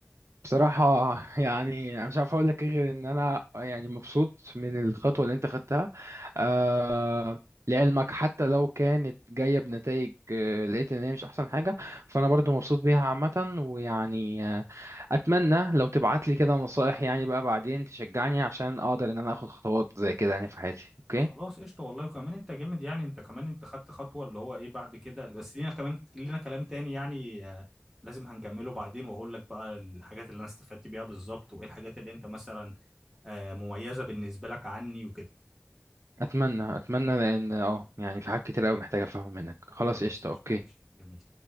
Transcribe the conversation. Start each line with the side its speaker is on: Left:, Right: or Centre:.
Right: بصراحة يعني أنا مش عارف أقول لك إيه غير إن أنا يعني مبسوط من الخطوة اللي أنت خدتها آه لعلمك حتى لو كانت جاية بنتائج آه، لقيت إن هي مش أحسن حاجة فأنا برضو مبسوط بيها عامة ويعني آه أتمنى لو تبعت لي كده نصائح يعني بقى بعدين تشجعني عشان أقدر إن أنا آخد خطوات زي كده يعني في حياتي أوكي
Centre: خلاص قشطه والله وكمان انت جامد يعني انت كمان انت خدت خطوه اللي هو ايه بعد كده بس لينا كمان لينا كلام تاني يعني آه، لازم هنكمله بعدين واقول لك بقى الحاجات اللي انا استفدت بيها بالظبط وايه الحاجات اللي انت مثلا آه، مميزه بالنسبه لك عني وكده
Right: اتمنى اتمنى لان اه يعني في حاجات كتير قوي محتاجه افهم منك خلاص
Centre: خلاص
Right: قشطه
Centre: قشطه
Right: اوكي
Centre: ماشي جميل